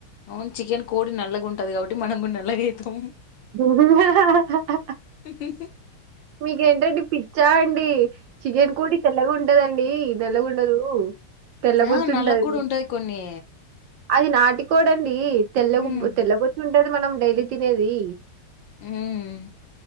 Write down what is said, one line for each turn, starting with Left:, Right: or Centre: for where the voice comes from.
Left: అవున్ చికెన్ కోడి నల్లగా ఉంటది కాబట్టి మనం కూడా నల్లగైయితాం
Right: ఉహా హా హా హా
Left: ఉహు
Right: మీకేంటండి పిచ్చా అండి చికెన్ కోడి తెల్లగా ఉంటదండి నల్లగా ఉండదు తెల్లబొచ్చువుంటాది
Left: ఆ నల్లగ కూడా ఉంటాయి కొన్ని
Right: అది నాటికోడండి తెల్ల
Left: హ్మ్
Right: తెల్లబొచ్చు ఉంటది మనం డైలీ తినేది
Left: ఉమ్